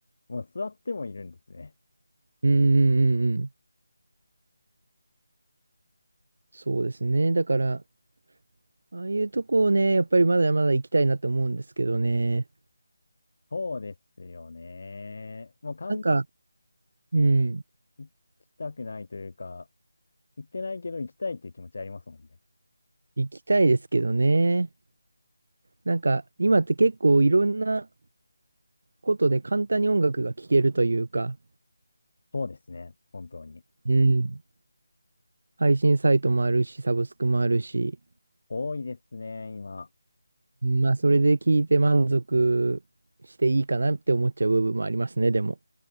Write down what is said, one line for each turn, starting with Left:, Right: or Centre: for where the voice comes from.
Left: もう座ってもいるんですね。
Right: うんうんうんうん。そうですね。だから、ああいうとこをね、やっぱりまだまだ行きたいなと思うんですけどね。
Left: そうですよね。もう完全
Right: なんか、うん、
Left: に行きたくないというか、行ってないけど行きたいっていう気持ちありますもんね。
Right: 行きたいですけどね。なんか、今って結構いろんなことで簡単に音楽が聴けるというか、
Left: そうですね。本当に。
Right: うん。配信サイトもあるし、サブスクもあるし、
Left: 多いですね、今。
Right: まあ、それで聞いて満足していいかなって思っちゃう部分もありますね、でも。